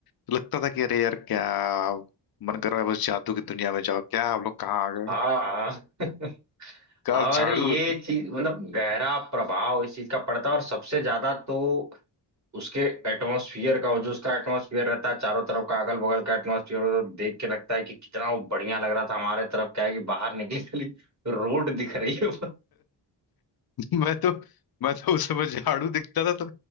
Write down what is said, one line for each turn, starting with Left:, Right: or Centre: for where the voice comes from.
Left: तो लगता था कि अरे यार क्या मन कर रहा है बस जादू की दुनिया में जाओ क्या हम लोग कहाँ आ गए
Right: हाँ हाँ <laughs>
Left: क्या
Right: हाँ,
Left: झाड़ू
Right: अरे ये
Left: होती
Right: चीज मतलब गहरा प्रभाव इस चीज का पड़ता है और सबसे ज्यादा तो उसके एटमॉस्फियर का वो जो उसका एटमॉस्फियर रहता है चारों तरफ का अगल बगल का एटमॉस्फियर वो देख के लगता है कि कितना वो बढ़िया लग रहा था हमारे तरफ क्या है कि बाहर निकली खाली रोड दिख रही है
Left: मैं तो मैं तो उस समय झाड़ू दिखता था तो